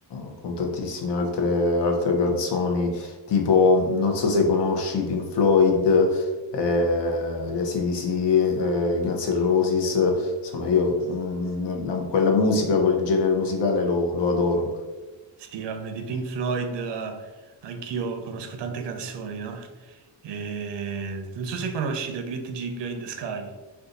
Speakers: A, on the left; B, on the right.
A: eh, con tantissime altre, altre canzoni, tipo, non so se conosci Pink Floyd, eh, gli AC/DC, eh, i Guns N' Roses, insomma io mm, la- quella musica, quel genere musicale lo, lo adoro.
B: Sì, vabbè, di Pink Floyd, eh, anch'io conosco tante canzoni, no? Eh, non so se conosci The Great Gig in the Sky.